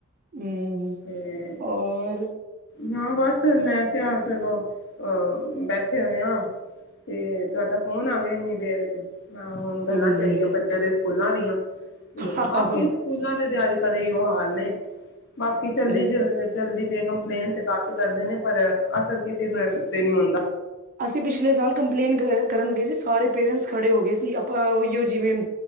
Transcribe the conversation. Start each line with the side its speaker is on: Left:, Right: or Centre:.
Right: ਹਮ
Left: ਤੇ
Right: ਔਰ
Left: ਨਾ ਬਸ ਬਸ ਮੈਂ ਕਿਹਾ ਚਲੋ ਅ ਬੈਠੇ ਹੋਏ ਹਾਂ। ਤੇ ਤੁਹਾਡਾ ਫੋਨ ਆ ਗਿਆ ਇੰਨੀ ਦੇਰ ਚ। ਮੈਂ ਹੁਣ ਗੱਲਾਂ
Right: ਹਾਂਜੀ
Left: ਚੜੀਆਂ ਬੱਚਿਆਂ ਦੇ ਸਕੂਲਾਂ ਦੀਆਂ ਤੇ
Right: ਆਹੋ
Left: ਬਾਕੀ ਸਕੂਲਾਂ ਦੇ ਤੇ ਅੱਜ ਕਰ ਉਹ ਹਾਲ ਨੇ ਬਾਕੀ
Right: ਸਹੀ
Left: ਚੱਲ
Right: ਆ
Left: ਚੱਲਦੀ ਪਈ ਕੰਪਲੇਨਸ ਕਾਫੀ। ਕਰਦੇ ਨੇ ਪਰ ਅਸਰ ਕਿਸੇ ਤੇ ਨਹੀਂ ਹੁੰਦਾ।
Right: ਅਸੀਂ ਪਿਛਲੇ ਸਾਲ ਕੰਪਲੇਟ ਕਰਨ ਗਏ ਸੀ। ਸਾਰੇ ਪੇਰੈਂਟਸ ਖੜੇ ਹੋ ਗਏ ਸੀ, ਆਪਾਂ ਉਹੀਓ ਜਿਵੇਂ